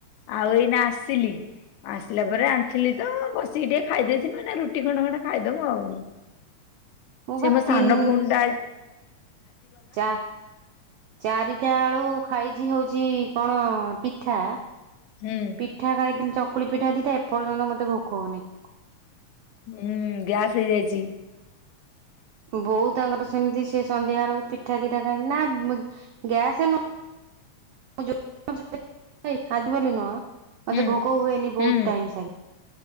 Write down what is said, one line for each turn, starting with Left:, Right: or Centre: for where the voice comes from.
Left: ଆଉ ଏଇନା ଆସିଲି ଆସିଲା ପରେ ଆଣିଥିଲି ତ ବସିକି ଟିକେ ଖାଇ ଦେଇେଇଥିଲୁ ରୁଟି ଖଣ୍ଡେ ଖଣ୍ଡେ ଖାଇଦମୁ ଆଉ ।
Right: ମୁଁ ବା
Left: ସେ ମୋ
Right: ତିନି
Left: ସାନ ଭଉଣଟା
Right: ଚା ଚାରିଟା ଆଳୁ ଖାଇଛି ହଉଛି କଣ ପିଠା
Left: ହୁଁ
Right: ପିଠା ଖାଇଥିଲି ଚକୁ ଚକୁଳିପିଠା ଦିଟା ଏପର୍ଯ୍ୟନ୍ତ ମତେ ଭୋକ ହଉନି ।
Left: ହୁଁ ଗ୍ୟାସ ହେଇଯାଇଛି ।
Right: ବୋଉ ତାଙ୍କର ସେମିତି ସେ ସନ୍ଧ୍ୟା ବେଳକୁ ପିଠା ଦିଟା ଖାଆନ୍ତି ନା ଗ୍ୟାସ ନୁହଁ ଖାଆନ୍ତିବୋଲି ନୁହ ମତେ
Left: ହୁଁ
Right: ଭୋକ ହୁଏନି
Left: ହୁଁ
Right: ବହୁତ ଟାଇମ ସାରି